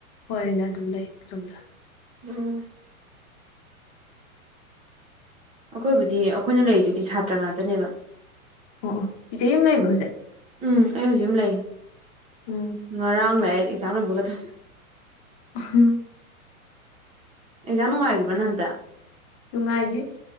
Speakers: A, on the left (about 45°); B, on the right (about 15°).
A: ꯍꯣꯏꯅꯦ ꯑꯗꯨꯝ ꯂꯩ ꯑꯣꯝꯗ
B: ꯎꯝ ꯑꯩꯈꯣꯏꯕꯨꯗꯤ ꯑꯩꯈꯣꯏꯅ ꯂꯩꯔꯤꯗꯨꯗꯤ ꯁꯥꯇ꯭ꯔ ꯉꯥꯛꯇꯅꯦꯕ
A: ꯑꯣ ꯄꯖ ꯍꯝ ꯅꯥꯏꯔꯤꯕꯁꯦ
B: ꯎꯝ ꯑꯩ ꯍꯧꯖꯤꯛ ꯑꯃ ꯂꯩ
A: ꯎꯝ
B: ꯃꯔ ꯆꯥꯝꯅ ꯒ ꯊ
A: ꯎꯝ
B: ꯑꯦꯖꯥ ꯅꯨꯡꯉꯥꯏꯈ꯭ꯔꯕ ꯅ ꯑꯟꯇ
A: ꯅꯨꯡꯉꯥꯏꯒꯤꯦ